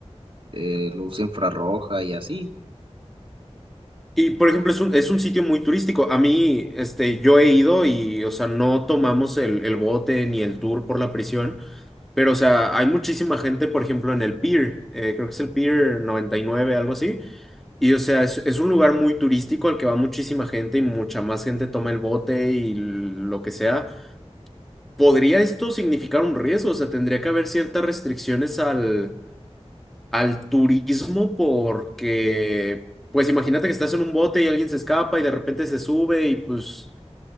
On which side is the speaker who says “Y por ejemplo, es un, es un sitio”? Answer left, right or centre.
Centre